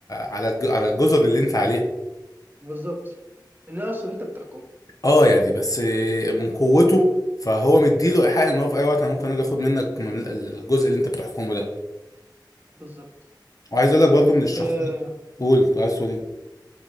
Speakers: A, on the left; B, on the right.
A: على الج... على الجزر اللي انت عليها
B: بالظبط اللي اصلا انت بتحكم
A: اه يعني بس من قوته فهو مديله ايحاء ان هو في اي وقت انا ممكن اجي اخد منك ممل- الجزء اللي انت بتحكمه ده
B: بالظبط
A: وعايز اقول لك برضه من الشخصيات
B: آه،
A: قول كنت عايز تقول ايه